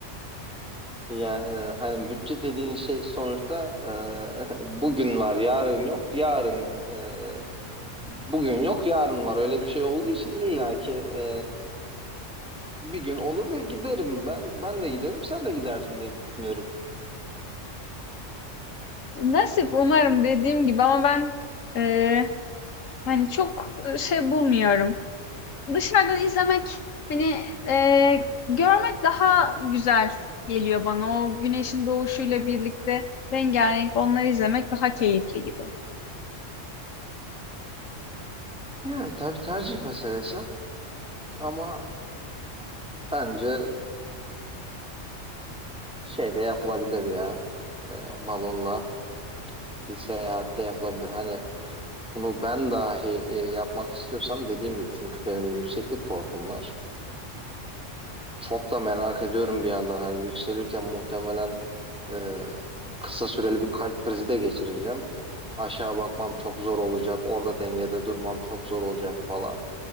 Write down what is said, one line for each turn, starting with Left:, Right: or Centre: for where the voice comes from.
Centre: Yani hani bütçe dediğin şey sonuçta e, <laughs> bugün var, yarın yok. Yarın e, Bugün yok yarın var öyle bir şey olduğu için illaki e, bir gün olur ve giderim ben. Ben de giderim sen de gidersin diye düşünüyorum.
Left: Nasip umarım dediğim gibi ama ben eee, hani çok şey bulmuyorum. Dışarıdan izlemek hani eee, görmek daha güzel geliyor bana. O güneşin doğuşuyla birlikte rengarenk onları izlemek daha keyifli gibi.
Centre: Yani tabii tercih meselesi ama e, bence şey de yapılabilir ya e, balonla bir seyahat de yapılabilir. Hani bunu ben dahi e, yapmak istiyorsam dediğim gibi çünkü benim yükseklik korkum var. Çok da merak ediyorum bir yandan hani yükselirken muhtemelen Ee, kısa süreli bir kalp krizi de geçireceğim. Aşağı bakmam çok zor olacak. Orada dengede durmam çok zor olacak falan.